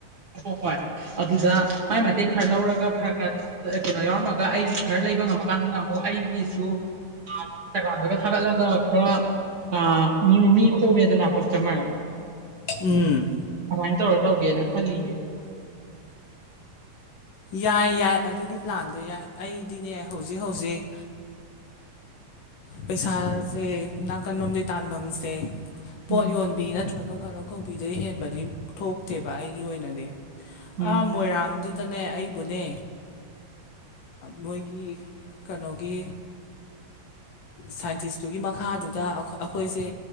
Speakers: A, on the right; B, on the left.
A: ꯑꯣ ꯍꯣꯏ ꯑꯗꯨꯗ ꯃꯥꯏ ꯃꯇꯦꯡ ꯈꯔ ꯂꯧꯔꯒ ꯈꯔ ꯈꯔ ꯑ ꯀꯩꯅꯣ ꯌꯥꯎꯔꯝꯃꯒ ꯑꯩꯒꯤ ꯈꯔ ꯂꯩꯕ ꯉꯝꯃꯀꯥꯟꯗꯅ ꯑꯃꯨꯛ ꯑꯩꯒꯤꯁꯨ ꯑ ꯏꯟꯁꯇꯥꯒ꯭ꯔꯥꯝꯗꯒ ꯊꯥꯒꯠꯂꯒ ꯈꯔ ꯑ ꯃꯤ ꯃꯤ ꯈꯣꯝꯃꯦꯗꯅ ꯀꯁꯇꯃꯔ
B: ꯎꯝ
A: ꯑꯃꯥꯏꯟ ꯇꯧꯔ ꯇꯧꯒꯦꯅ ꯈꯜꯂꯤꯌꯦ꯫
B: ꯌꯥꯏ ꯌꯥꯏ ꯑꯗꯨꯒꯤ ꯄ꯭ꯂꯥꯟꯗꯣ ꯌꯥꯏ ꯑꯩꯗꯤꯅꯦ ꯍꯧꯖꯤꯛ ꯍꯧꯖꯤꯛ ꯄꯩꯁꯥꯁꯦ ꯅꯥꯀꯟ ꯂꯣꯝꯗꯩ ꯇꯐꯝꯁꯦ ꯄꯣꯠ
A: ꯎꯝ
B: ꯌꯣꯟꯕꯤ ꯅꯠꯇ꯭ꯔꯒ ꯀꯩꯅꯣ ꯀꯧꯕꯤꯗ ꯍꯦꯟꯕꯗꯤ ꯊꯣꯛꯇꯦꯕ ꯑꯩꯒꯤ ꯑꯣꯏꯅꯗꯤ
A: ꯎꯝ
B: ꯑ ꯃꯣꯏꯔꯥꯡꯗꯨꯗꯅꯦ ꯑꯩꯕꯨꯅꯦ ꯃꯣꯏꯒꯤ ꯀꯩꯅꯣꯒꯤ ꯁꯥꯏꯟꯇꯤꯁꯇꯨꯒꯤ ꯃꯈꯥꯗꯨꯗ ꯑꯩꯈꯣꯏꯁꯦ